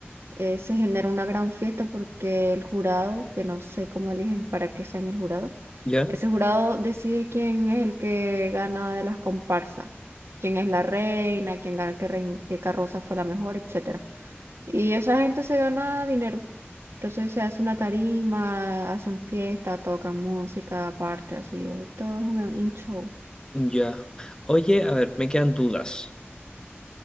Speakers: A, on the right; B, on the left.
A: eh, se genera una gran fiesta porque el jurado, que no sé cómo eligen para que sean el jurado,
B: ya,
A: ese jurado decide quién es el que gana de las comparsas, quién es la reina, quién gana qué, rein- qué carroza fue la mejor, etcétera. Y esa gente se gana dinero. Entonces se hace una tarima, hacen fiesta, tocan música aparte, así, o- todo es un, un show.
B: ya. Oye, a ver, me quedan dudas.